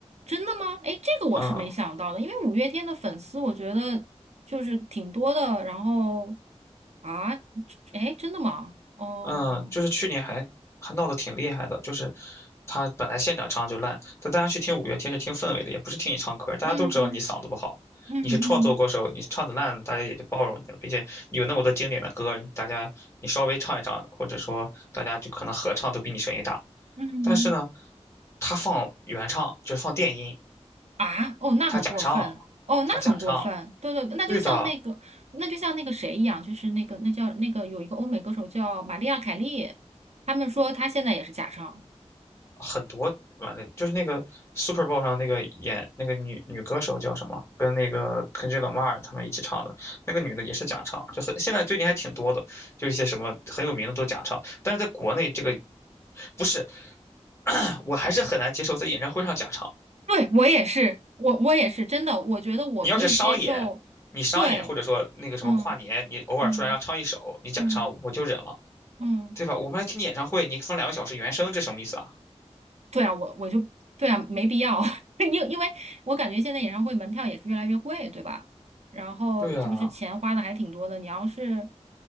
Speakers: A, on the right; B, on the left.
A: 真的吗？哎，这个我是没想到的，
B: 嗯
A: 因为五月天的粉丝我觉得就是挺多的。然后啊，哎，真的吗？哦，
B: 嗯，就是去年还还闹得挺厉害的，就是他本来现场唱就烂，但大家去听五月天是听氛围的，也不是听你唱歌，大家都知道你嗓子不好，
A: 嗯嗯嗯
B: 你是创作歌手，你唱的烂，大家也就包容你了，并且你有那么多经典的歌，你大家你稍微唱一唱，或者说大家就可能合唱都比你声音大。
A: 嗯，
B: 但是呢，他放原唱，就是放电音，
A: 啊，哦，那很过分，
B: 他假唱，
A: 哦，
B: 他假唱，
A: 那很过分。对对，那就像那个，
B: 对的，
A: 那就像那个谁一样，就是那个那叫那个有一个欧美歌手叫玛丽亚凯莉，他们说他现在也是假唱。
B: 很多完了，就是那个 Super Bowl 上那个演那个女女歌手叫什么，跟那个 Kendrick Lamar 他们一起唱的，那个女的也是假唱，就很现在最近还挺多的，就一些什么很有名的都假唱，但是在国内这个不是，<clears throat> 我还是很难接受在演唱会上假唱。
A: 对，我也是，我我也是，真的，我觉得我可以接受。
B: 你要是商演，你商演或者说那个什么跨年，
A: 对，嗯。
B: 你偶尔出来让唱一首，
A: 嗯
B: 你假唱我就忍了，
A: 嗯嗯，
B: 对吧？我们来听你演唱会，你放两个小时原声，这什么意思啊？
A: 对啊，我我就对啊，没必要，<laughs> 因为因为我感觉现在演唱会门票也是越来越贵，对吧？然后就是钱花的还挺多的，
B: 对啊。
A: 你要是